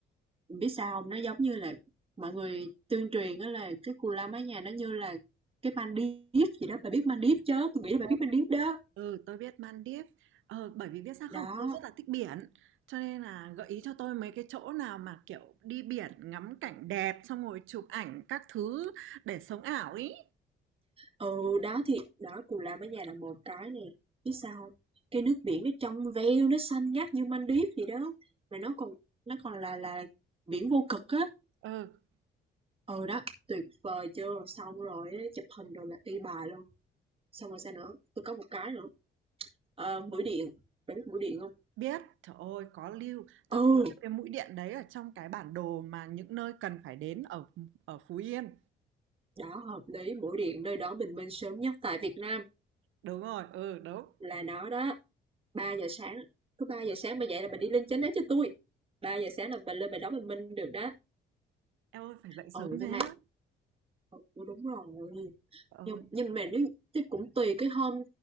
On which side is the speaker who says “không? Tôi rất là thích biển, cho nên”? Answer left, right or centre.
Right